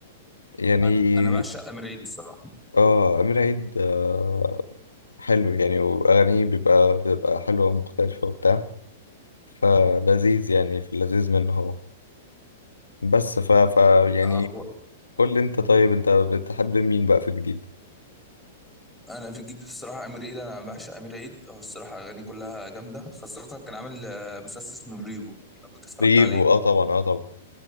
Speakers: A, on the left; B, in the centre.
A: يعني
B: انا أنا بعشق امير عيد الصراحه
A: اه أمير عيد آه حلو يعني وأغانيه بيبقى بتبقى حلوة ومختلفة وبتاع فلذيذ يعني في اللذيذ منه هو بس ف, ف يعني
B: آه هو
A: قول لي أنت طيب أنت بتحب مين بقى في جديد؟
B: انا في الجديد الصراحه امير عيد انا بعشق امير عيد هو الصراحه اغانيه كلها جامده خاصه كان عامل آه، مسلسل اسمه ريبو لو كنت اتفرجت
A: ريفو
B: عليه
A: اه طبعا اه طبعا